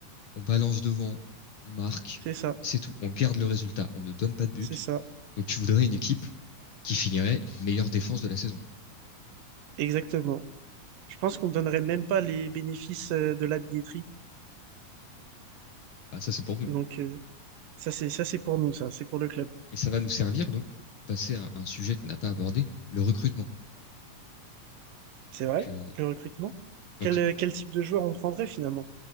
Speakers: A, on the left; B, on the right.
A: on balance devant, on marque,
B: C'est ça,
A: c'est tout. On garde le résultat, on ne donne pas de but.
B: c'est ça,
A: Donc tu voudrais une équipe qui finirait meilleure défense de la saison.
B: exactement. Je pense qu'on ne donnerait même pas les bénéfices euh, de la billetterie.
A: Bah, ça, c'est pour nous.
B: Donc euh, ça c'est ça c'est pour nous, ça, c'est pour le club.
A: Et ça va nous servir donc passer à un sujet qu'on n'a pas abordé, le recrutement.
B: C'est vrai,
A: Donc, euh,
B: le recrutement.
A: donc
B: Quel, euh, quel type de joueur on prendrait finalement?